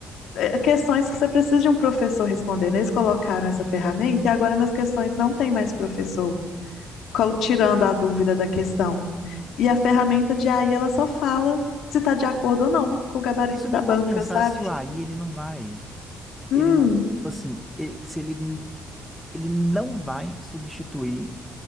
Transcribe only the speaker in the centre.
Isso
me
faz pensar
se o AI ele não vai,
ele não, tipo assim, ele- se ele, ele não vai substituir